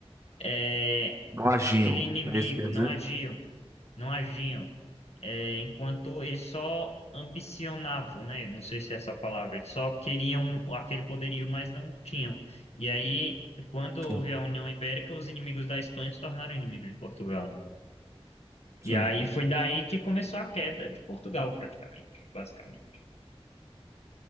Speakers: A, on the left; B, on the right.
A: é,
B: Não agiam,
A: aquele inimigo,
B: é isso que quer
A: não
B: dizer?
A: agiam não agiam, é, enquanto eles só ambicionavam, né? Não sei se é essa a palavra, eles só queriam aquele poderio, mas não tinham. E aí, quando houve
B: Hum.
A: a União Ibérica, os inimigos da Espanha se tornaram inimigos de Portugal. né?
B: Sim.
A: E aí foi daí que começou a queda de Portugal, praticamente, basicamente.